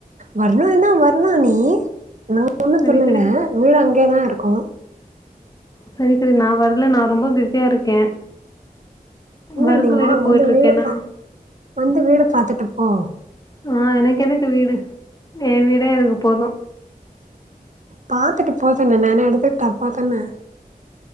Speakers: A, on the right; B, on the left.
A: வரான்னா வரலா நீ நா ஒண்ணு
B: சரி
A: சொல்லல வீடு அங்கேதா இருக்கு
B: செரி செரி நா வரல நா ரொம்ப பிஸியா இருக்கே
A: என்ன
B: ஒர்க்கு
A: நீ வா
B: வேற போயிட்டு
A: வந்து
B: இருக்கேன்னா
A: வீடு பாத் வந்து வீட பாத்துட்டுப்போ
B: ஆ எனக்கு எதுக்கு வீடு எ வீடே எனக்கு போது
A: பாத்துட்டு போவேண்டியதான எடுத்துகிட்ட அப்பாதானே